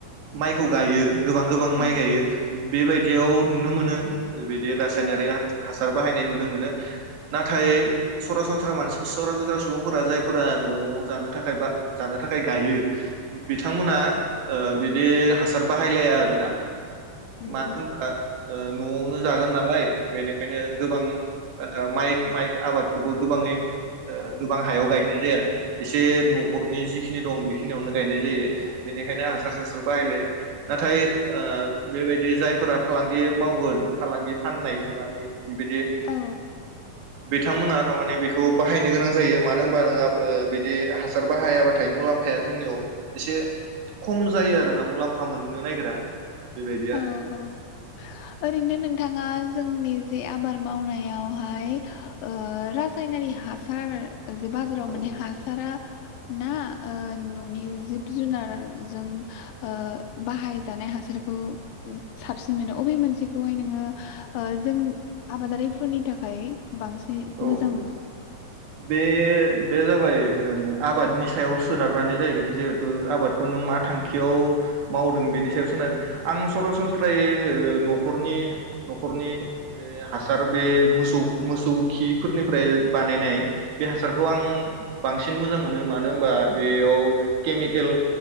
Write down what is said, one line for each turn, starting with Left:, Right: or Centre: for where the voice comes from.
Right: माइखौ गायो गोबां गोबां माइ
Left: औ
Right: गायो। बेबायदियाव नुनो मोनो बिदि रासायनारि
Left: औ
Right: हा-हासार बाहायनाय नुनो मोनो नाथाय सरासनस्रा मानसि सरासनस्रा सुबुंफोरा जायफोरा न'आव जानो थाखाय बा जानो थाखाय गायो बिथांमोना ओ बिदि हासार बाहायलाया आरोना।
Left: उम
Right: <unintelligible> ओ
Left: उम
Right: न'आवनो जागोन नालाय बेनिखायनो गोबां ओ माइ माइ आबाद बो गोबाङै ओ गोबां हायाव गायनाय जाया। एसे न'खरनि जिखिनि दं बेखिनियावनो गायनाय जायो बेनिखायनो हासार सासार बाहायलाया नाथाय ओ बेबायदि जायफोरा फालांगि मावगोन फालांगि फाननायनि माने बिदि
Left: औ
Right: बिथांमोना थारमाने बेखौ बाहायनो गोनां जायो मानो होनबा नोङा ओ बिदि हासार बाहायाबाथाय मुलाम्फाया जोंनियाव एसे खम जायो आरोना मुलाम्फा मोननो नागिरा बेबायदि आरो
Left: औ औ ओरैनो नोंथाङा जोंनि जे आबाद मावनायाव फाय ओ <unintelligible> रासायनारि हासार ओ जे बाजाराव
Right: औ
Left: मोननाय हासारा ना ओ न'नि जिब जुनार जों ओ बाहायजानाय हासार खौ साबसिन मोनो अबे मोनसेखौहाय नोङो ओ जों आबादारिफोरनि थाखाय बांसिनै
Right: औ
Left: मोजां मोनो?
Right: बे बे जाबाय ओ आबादनि सायाव सोनारनानै जाहैगोन जिहेथु आबादखौ नों मा थांखियाव मावदों बेनि सायाव सोनारो आं सरासनस्रायै ओ न'खरनि न'खरनि ओ हासार बे मोसौ मोसौ खिफोरनिफ्राय बानायनाय बे हासारखौ आं बांसिन मोजां मोनो मानो होनबा बेयाव केमिकेल